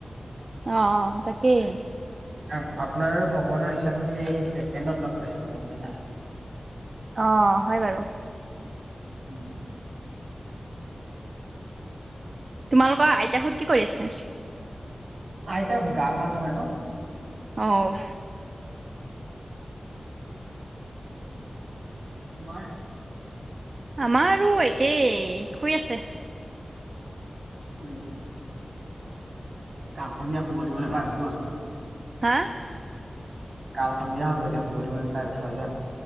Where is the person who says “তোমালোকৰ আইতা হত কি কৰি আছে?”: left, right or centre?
Right